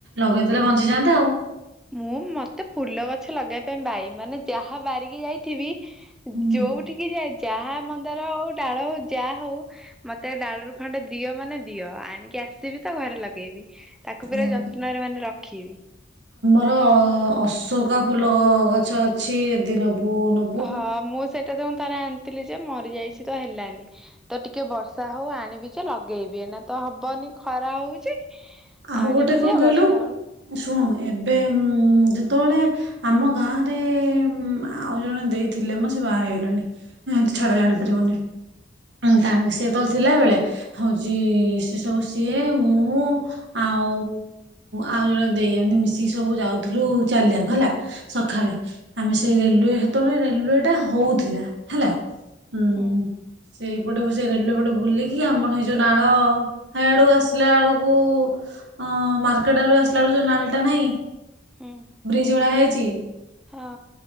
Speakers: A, on the right; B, in the centre.
A: ଲଗେଇଦେଲେ ବଞ୍ଚିଯାଆନ୍ତା ଆଉ।
B: ମୁଁ ମତେ ଫୁଲ ଗଛ ଲଗେଇବା ପାଇଁ ବାଇ ମାନେ ଯାହା ବାରିକି ଯାଇଥିବି
A: ହୁଁ
B: ଯୋଉଠିକି ଯାଏ ଯାହା ମନ୍ଦାର ହଉ ଡାଳ ହଉ ଯାହା ହଉ ମତେ ଡାଳରୁ ଖଣ୍ଡେ ଦିଅ ମାନେ ଦିଅ ଆଣିକି ଆସିବି ତ ଘରେ ଲଗେଇବି। ତାକୁ
A: ହଁ
B: ପୁରା ଯତ୍ନରେ
A: ବା।
B: ମାନେ ରଖିବି।
A: ଆମର ଅ ଅଶୋକା ଫୁଲ ଗଛ ଅଛି ଯଦି ନ ନବୁ ନବୁ।
B: ହଁ ମୁଁ ସେଇଟା ତ ମୁଁ ଥରେ ଆଣିଥିଲି ଯେ ମରିଯାଇଛି ତ ହେଲାନି ତ ଟିକେ ବର୍ଷା ହଉ ଆଣିବି ଯେ ଲଗେଇବି ନା ତ ହବନି ଖରା ହଉଛି।
A: ଆଉ
B: ଆଣିବି
A: ଗୋଟେ କଣ
B: ଯେ
A: କହିଲୁ
B: ବର୍ଷା ବେଳକୁ
A: ଶୁଣୁ
B: ହଁ
A: ଏବେ ଉଁ ଯେତେବେଳେ ଆମ ଗାଁରେ ଆଉ ଜଣେ ଦେଇ ଥିଲେ ମୋ ସେ ବାହା ହେଇଗଲାଣି ଏ ଛାଡ ଜାଣି ପାରିବୁନି, ତା ସିଏ ଯେତେବେଳେ ଥିଲା ବେଳେ ହଉଛି ସେସବୁ ସିଏ ମୁଁ ଆଉ ଆଉ ଜଣେ ଦେଇ ଏମତି ମିଶିକି ସବୁ ଯାଉଥିଲୁ ଚାଲିଆକୁ ହେଲା। ସଖାଳେ
B: ହୁଁ
A: ଆମେ ସେ ସେ ରେଲୱେ ସେତେବେଳେ ରେଲୱେ ଟା ହଉଥିଲା ହେଲା। ଉଁ,
B: ହୁଁ।
A: ସେଇପଟେ ସେ ରେଲୱେ ପଟେ ବୁଲିକି ଆମର ସେଯୋଉ ନାଳ, ହେ ଆଡୁ ଆସିଲା ଆଳୁକୁ ଅଁ ମାର୍କେଟ ଆଡୁ ଆସିଲା ଆଳକୁ ଯୋଉ ନାଳଟା ନାହିଁ
B: ହୁଁ
A: ବ୍ରିଜ ଭଳିଆ ହେଇ ଚି।
B: ହଁ।